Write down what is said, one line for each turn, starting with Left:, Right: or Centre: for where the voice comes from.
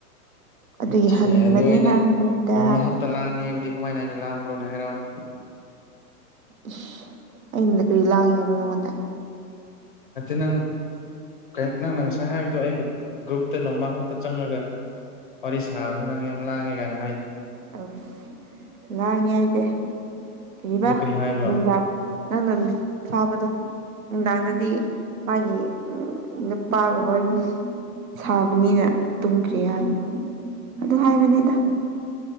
Left: <unintelligible>
Right: ꯑꯗꯨꯒꯤ ꯍꯟꯕꯅꯤ
Left: ꯑꯗꯨ ꯑꯩꯅ
Right: ꯍꯥꯏꯕꯅꯤꯗ
Left: ꯅꯣꯡꯃꯈꯛꯇ ꯂꯥꯡꯉꯦ ꯍꯥꯏꯕꯗꯤ ꯀꯃꯥꯏꯅ ꯑꯩꯅ ꯂꯥꯡꯕ꯭ꯔꯣꯅꯦ ꯍꯥꯏꯔꯑꯣꯅꯦ
Right: ꯏꯁ ꯑꯩꯅ ꯀꯔꯤ ꯂꯥꯡꯉꯦ ꯍꯥꯏꯕ꯭ꯔ ꯅꯪꯉꯣꯟꯗ
Left: ꯅꯠꯇꯦ ꯅꯪ ꯀꯩꯟ ꯅꯪꯅ ꯉꯁꯥꯏ ꯍꯥꯏꯕꯗꯣ ꯑꯩꯕꯨ ꯒ꯭ꯔꯨꯞꯇ ꯅꯣꯡꯃ ꯈꯛꯇ ꯆꯪꯉꯒ ꯋꯥꯔꯤ ꯁꯥꯕꯗ ꯅꯪ ꯌꯥꯝ ꯂꯥꯡꯉꯦ ꯀꯥꯏꯅ ꯍꯥꯏ
Right: ꯑꯁ ꯂꯥꯡꯉꯦꯑꯥꯏꯗꯦ ꯀꯔꯤꯕ
Left: ꯑꯗꯨ ꯀꯔꯤ ꯍꯥꯏꯕ꯭ꯔꯣ
Right: ꯅꯨꯡꯗꯥꯡ ꯅꯪꯅ ꯃꯤꯠ ꯊꯥꯕꯗꯣ ꯅꯨꯡꯗꯥꯡꯗꯗꯤ ꯃꯥꯒꯤ ꯅꯨꯄꯥꯒ ꯋꯥꯔꯤꯁ ꯁꯥꯕꯅꯤꯅ ꯇꯨꯝꯈ꯭ꯔꯦ ꯍꯥꯏꯕꯅꯤ ꯑꯗꯨ ꯍꯥꯏꯕꯅꯤꯗ